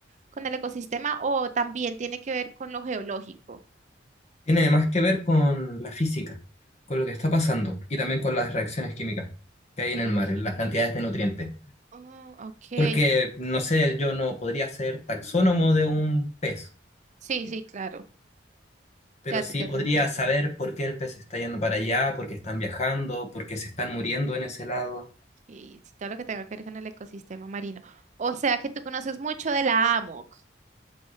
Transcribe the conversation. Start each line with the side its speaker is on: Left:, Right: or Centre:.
Right: con el ecosistema, o también tiene que ver con lo geológico.
Left: Tiene más que ver con la física, con lo que está pasando y también con las reacciones químicas que hay en
Right: Ok,
Left: el mar,
Right: química.
Left: las cantidades de nutrientes.
Right: Oh, ok.
Left: Porque, no sé, yo no podría ser taxónomo de un pez,
Right: Sí, sí, claro.
Left: pero
Right: Ya
Left: sí
Right: te, ya
Left: podría
Right: te entiendo.
Left: saber por qué el pez está yendo para allá, por qué están
Right: Mm,
Left: viajando, por qué se están muriendo en ese lado.
Right: Y sí, todo lo que tenga que ver con el ecosistema marino. O sea que tú conoces mucho de la AMOC.